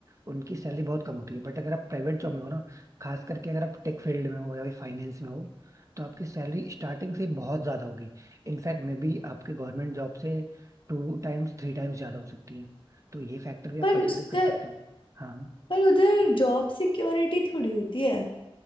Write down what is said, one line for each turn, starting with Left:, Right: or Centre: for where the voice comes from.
Right: उनकी सैलरी बहुत कम होती है बट अगर आप प्राइवेट जॉब में हो ना खास करके अगर आप टेक फील्ड में हो या फिर फाइनेंस में हो तो आपकी सैलरी स्टार्टिंग से बहुत ज्यादा होगी इनफैक्ट मे बी आपकी गवर्नमेंट जॉब से टू टाइम्स थ्री टाइम्स ज्यादा हो सकती है तो ये फैक्टर भी आप
Left: पर
Right: कंसिडर
Left: उस
Right: कर
Left: तर,
Right: सकते हो हाँ
Left: पर उधर जॉब सिक्योरिटी थोड़ी होती है